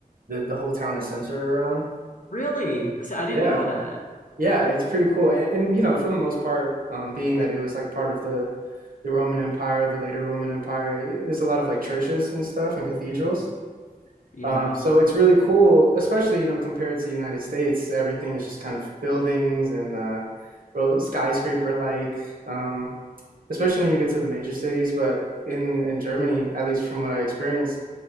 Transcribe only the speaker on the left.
Really? See, I didn't
know that.
Yeah. Yeah.